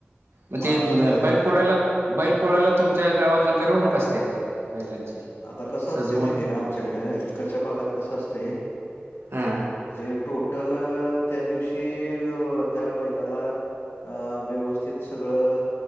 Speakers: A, on the right; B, on the left.
A: म
B: मग
A: ते
B: आता त्या
A: बैल पोळ्याला बैल पोळायला तुमच्या गावातन मिरवणूक असते काय बैलांची?
B: आता कसं
A: सजवून
B: असतय माहिती हेे का आमच्याकडं हिकडच्या भागात कसं असतय
A: हां
B: ते टोटल त्या दिवशी जव त्या बैलाला अ व्यवस्थित सगळं